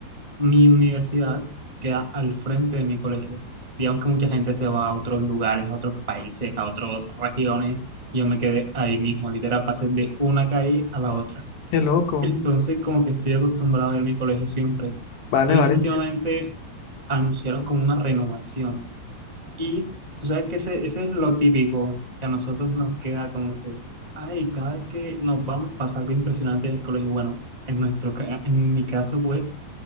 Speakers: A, on the right (about 20°); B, on the left (about 65°).
A: mi universidad queda al frente de mi colegio. Digamos que mucha gente se va a otros lugares, a otros países, a otras regiones, y yo me quedé ahí mismo, literal, pasé de una calle a la otra.
B: Qué loco.
A: Entonces, como que estoy acostumbrado a ver mi colegio siempre.
B: Vale,
A: Entonces,
B: vale.
A: últimamente
B: entiendo.
A: anunciaron como una renovación. Y tú sabes que ese, ese es lo típico que a nosotros nos queda como que, ay, cada vez que nos vamos pasa algo impresionante en el colegio. Bueno, en nuestro, ca- en mi caso, pues,